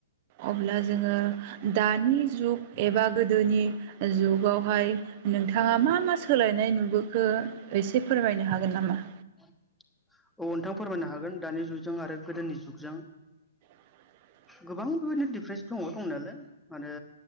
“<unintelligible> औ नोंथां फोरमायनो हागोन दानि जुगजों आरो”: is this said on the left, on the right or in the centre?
Centre